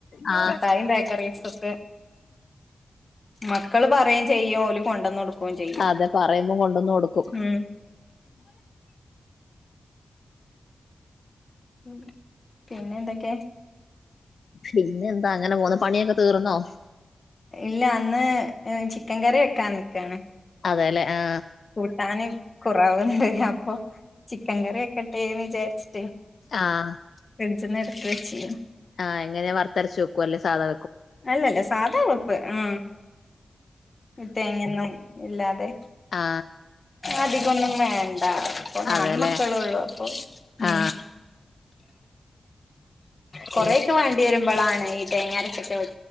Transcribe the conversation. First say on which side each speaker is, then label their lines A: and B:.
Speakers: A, on the left; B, on the left.
A: ആ
B: മിഠായിം ബേക്കറീസും ഒക്കെ മക്കള് പറയും ചെയ്യും ഓല് കൊണ്ടന്നൊടുക്കും <unintelligible> ചെയ്യും
A: അതെ പറയുമ്പോ കൊണ്ടന്ന് കൊടുക്കും
B: ഉം ഉം പിന്നെ എന്തൊക്കെ
A: പിന്നെ എന്താ അങ്ങനെ പോവുന്നു പണിയൊക്കെ തീർന്നോ
B: ഇല്ല അന്ന് ചിക്കൻ കറി വെക്കാ നിക്കാണ്
A: അതെല്ലെ ആ
B: കൂട്ടാന് കുറവ് അപ്പൊ ചിക്കൻ കറി വെക്കട്ടെന്ന് വിചാരിച്ചിട്ടേ
A: ആഹ്
B: ഫ്രിഡ്ജ് ന്ന് എടുത്തു വെച്ചിര്ന്നു
A: ആഹ് എങ്ങനെ വർത്തരച്ച് വെക്കുവോ അല്ലേ സാദാ
B: അല്ലല്ല സാധാ വപ്പ് ആ തെങ്ങേന്നും ഇല്ലാതെ
A: ആ
B: അധികൊന്നും വേ അപ്പൊ ഞാനും
A: അതെല്ലെ
B: മക്കളുള്ളു അപ്പൊ ഉം
A: ആ എങ്ങനെ
B: കൊറേക്കെ വെണ്ടിവരുമ്പളാ ഈ തേങ്ങാരച്ചക്കെ വെ